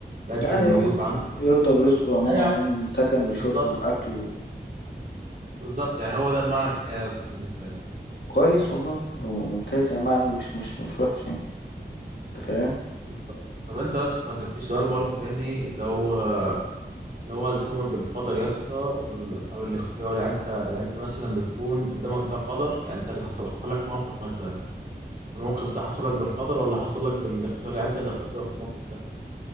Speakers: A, on the right; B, on the left.
A: الاكل
B: يعني
A: اللي موجود في عنده
B: يرضى برزقه عموما
A: ده يعني
B: يعني من سكن وشرب
A: بالظبط
B: واكل و-
A: بالظبط يعني هو ده المعنى الحياة يا اسطى بالنسبة لي
B: كويس والله ممتاز يعني معنى مش مش مش وحش يعني انت فاهم
A: بالظبط. طب انت يا اسطى كان في سؤال برضه تاني اللي هو اللي هو التؤمن بالقدر يا اسطى وال- او الاختيار يعني انت يعني انت مثلا بتكون قدامك ده قدر يعني انت اللي حصل حصل لك موقف مثلا الموقف ده حصل لك بالقدر ولا حصل لك بالاختيار يعني انت اللي اخترت تبقى في الموقف ده